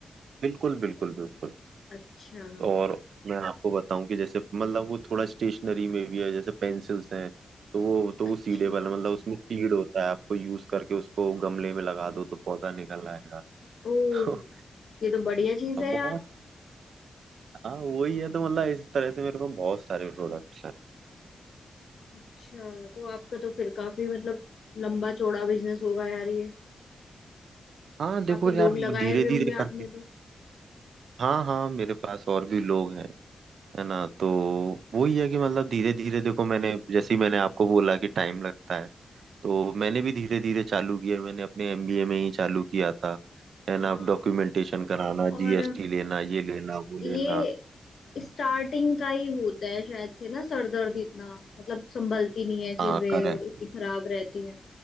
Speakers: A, on the right (about 80°); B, on the left (about 70°).
A: बिल्कुल बिल्कुल बिल्कुल
B: अच्छा
A: और मैं आपको बताऊं कि जैसे मतलब वो थोड़ा स्टेशनरी में भी है जैसे पेंसिल्स हैं तो वो तो वो
B: अच्छा
A: सीडे वाला मतलब उसमें सीड होता है आपको यूज करके उसको गमले में लगा दो तो पौधा निकल आएगा
B: ओ
A: <laughs>
B: ये तो बढ़िया चीज
A: तो
B: है
A: बहुत
B: यार
A: हाँ वही है तो मतलब इस तरह से मेरे पास बहुत सारे प्रोडक्ट्स हैं
B: अच्छा तो आपका तो फिर काफी मतलब लंबा चौड़ा बिजनेस होगा यार ये
A: हाँ देखो
B: काफी
A: यार
B: लोग लगाए
A: धीरे
B: हुए
A: धीरे
B: होंगे
A: करके
B: आपने तो
A: हाँ हाँ मेरे पास और भी लोग हैं है ना तो वही
B: अच्छा
A: है कि मतलब धीरे धीरे देखो मैंने जैसे ही मैंने आपको बोला कि टाइम लगता है तो मैंने भी धीरे धीरे चालू किया मैंने अपने एमबीए में ही चालू किया था है
B: हाँ
A: ना अब डॉक्यूमेंटेशन कराना
B: और
A: जीएसटी लेना ये लेना वो
B: ये
A: लेना
B: स्टार्टिंग का ही होता है शायद से ना सरदर्द इतना मतलब संभलती नहीं है चीजें
A: हाँ करेक्ट
B: और इतनी खराब रहती